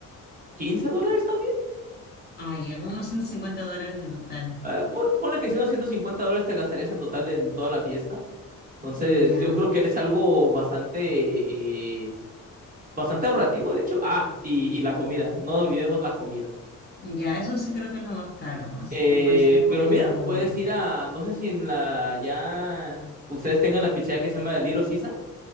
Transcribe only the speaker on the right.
15 dólares también.
Eh, pon- ponle que si unos 150 dólares te gastarías en total en toda la fiesta. Entonces,
yo creo que es algo bastante, eh, bastante ahorrativo, de hecho. Ah, y, y la comida. No olvidemos la comida.
Eh,
pero mira, puedes ir a, no sé si en la, ya ustedes tengan la pizzería que se llama Little Sisa.